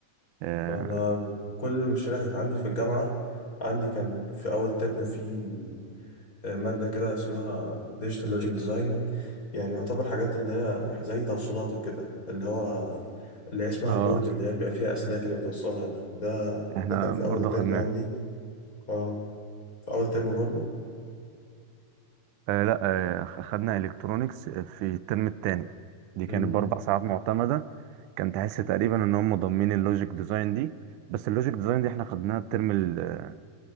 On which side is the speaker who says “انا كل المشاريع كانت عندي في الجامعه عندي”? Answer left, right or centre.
Left